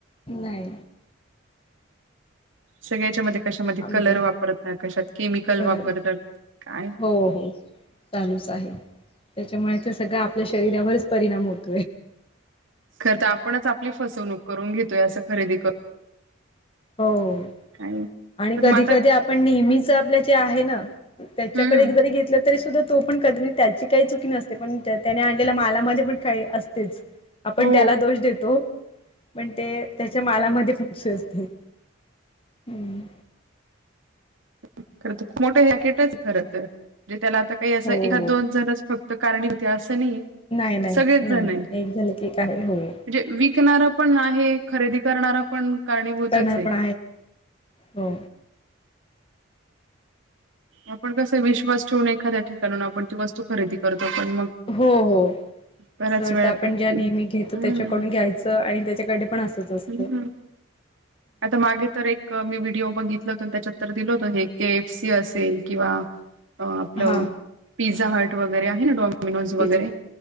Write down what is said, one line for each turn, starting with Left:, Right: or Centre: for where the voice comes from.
Left: नाही
Right: सगळ्याच्या मध्ये. कशामध्ये
Left: आम्ही
Right: कलर
Left: पण
Right: वापरतात, कशात केमिकल
Left: कलर
Right: वापरतात काय
Left: हो हो. चालूच आहे, त्याच्यामुळे ते सगळं आपल्या शरीरावरच परिणाम होतो.
Right: खरं तर आपणच आपली फसवणूक करून घेतोय, असं खरेदी करून.
Left: हो,
Right: काय
Left: आणि
Right: पण
Left: कधी
Right: मग आता
Left: कधी आपण नेहमीच आपल्या जे आहे ना. त्याच्याकडे
Right: हम्म
Left: एक जरी घेतलं तरी सुद्धा तो पण कधी म्हणजे त्याची काही चुकी नसते, पण त्याने आणलेल्या मालामध्ये पण काही असतेच. आपण
Right: हो
Left: त्याला दोष देतो, पण ते त्याच्या मालामध्ये पण <unintelligible> असते. हम्म,
Right: खरं तर मोठं हेकटच खरं तर म्हणजे, त्याला आता काही असं
Left: हो
Right: एखाद
Left: हो
Right: दोन जणच फक्त कारणी होती असं नाही.
Left: नाही नाही
Right: सगळेच
Left: नाही,
Right: जण आहे.
Left: एक झालं की एक आहे होय.
Right: म्हणजे विकणार पण आहे, खरेदी करणार पण कारणी भूतच
Left: करणार
Right: आहे.
Left: पण हो
Right: आपण कसं विश्वास ठेवून एखाद्या ठिकाणून आपण ती वस्तू खरेदी करतो पण मग
Left: हो हो.
Right: बऱ्याच
Left: असं वाटतं
Right: वेळा
Left: आपण
Right: ते
Left: ज्या नेहमी घेतो,
Right: हम्म
Left: त्याच्याकडून घ्यायचं आणि त्याच्याकडे पण असचं असत.
Right: ह ह, आता मागे तर एक मी व्हिडिओ बघितलं होता त्याच्यात तर दिल होत, हे के एफ सी असेल किंवा अ आपलं
Left: हा
Right: पिझ्झा हर्ट वगैरे आहे ना, डॉम डेमिनोज
Left: तेच
Right: वगैरे